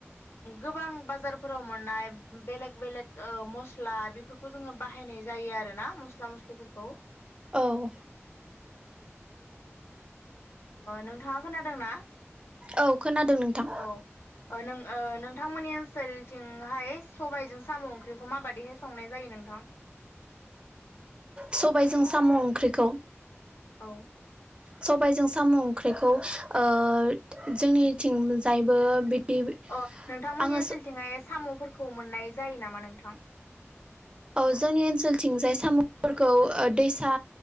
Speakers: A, on the left; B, on the right.
A: गोबां आं बाजारफोराव मोननाय बेलेग बेलेग मस्ला बेफोरखौ जोंङो बाहायनाय जायो आरोना मस्ला मस्लिफोरखौ
B: औ
A: नोंथांङा खोनादोंना
B: औ खोनादों नोंथां
A: औ नों नोंथांमोननि ओनसोलथिंहाय सबायजों साम' ओंख्रिखौ माबादिहाय संनाय जायो नोंथां
B: सबायजों साम' ओंख्रिखौ
A: औ
B: सबबायजों साम' ओंख्रिखौ ओ जोंनिथिंजायबो बिदि
A: अ नोंथांमोननि
B: आङो
A: ओनसोलथिं जाय साम'फोरखौ मोननाय जायो नामा नोंथां?
B: औ जोंनि ओनसोलथिंजाय साम'फोरखौ ओ दैसा